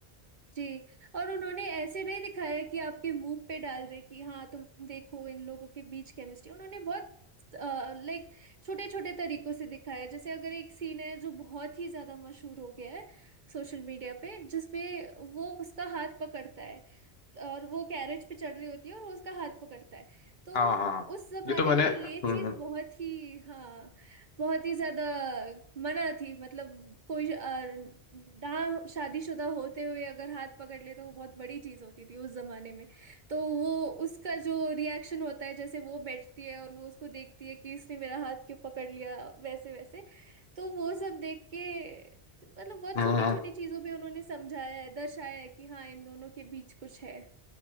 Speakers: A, on the right; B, on the left.
A: जी और उन्होंने ऐसे नहीं दिखाया कि आपके मुंह पे डाल रहे कि हाँ तुम देखो इन लोगों के बीच केमिस्ट्री उन्होंने बहुत लाइक छोटे छोटे तरीकों से दिखाया जैसे अगर एक सीन है जो बहुत ही ज्यादा मशहूर हो गया है सोशल मीडिया पे जिसमें वो उसका हाथ पकड़ता है और वो कैरेज पे चढ़ रही होती है और वो उसका हाथ पकड़ता है तो
B: हाँ हाँ
A: उस जमाने
B: ये तो मैंने
A: में ये चीज
B: हम्म
A: बहुत ही हाँ बहुत ही ज्यादा मना थी मतलब कोई अ, ना शादीशुदा होते हुए अगर हाथ पकड़ ले तो वो बहुत बड़ी चीज होती थी उस जमाने में तो वो उसका जो रिएक्शन होता है जैसे वो बैठती है और वो उसको देखती है कि इसने मेरा हाथ क्यों पकड़ लिया वैसे वैसे तो वो सब देख के मतलब बहुत
B: हम्म
A: छोटी छोटी चीजों पे उन्होंने समझाया है दर्शाया है कि हाँ इन दोनों के बीच कुछ है